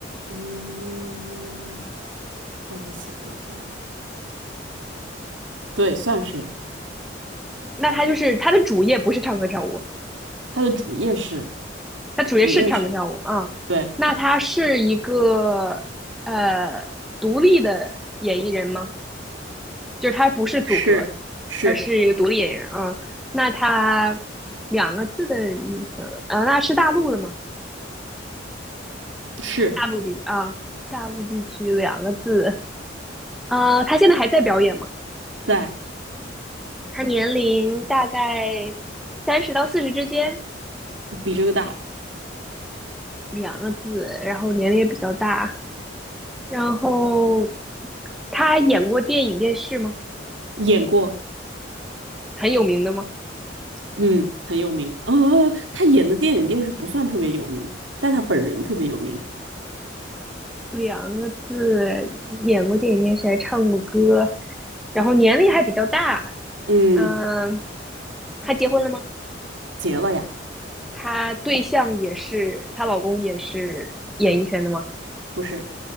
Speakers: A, on the right; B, in the centre.
A: 嗯，让我想一下啊，对，算是
B: 那她就是她的主业不是唱歌跳舞，
A: 他的主业是
B: 她主业是唱歌跳舞啊。
A: 主业是，
B: 嗯那她是一个呃独立的演艺人吗？
A: 对，
B: 就是她不是组合，
A: 是是
B: 她是一个独立演员啊。嗯那她两个字的女生，呃，那是大陆的吗？
A: 是
B: 大陆的啊。大陆地区两个字，呃，他现在还在表演吗？
A: 在
B: 他年龄大概三十到四十之间，
A: 比这个大，
B: 两个字，然后年龄也比较大。然后他演过电影、电视吗？
A: 演过，
B: 很有名的吗？
A: 嗯，很有名。呃，嗯嗯他演的电影电视不算特别有名，但他本人特别有名。
B: 两个字，演过电影、电视，还唱过歌，然后年龄还比较大。
A: 嗯，
B: 嗯、他结婚了吗？
A: 结了呀，
B: 他对象也是，她老公也是演艺圈的吗？
A: 不是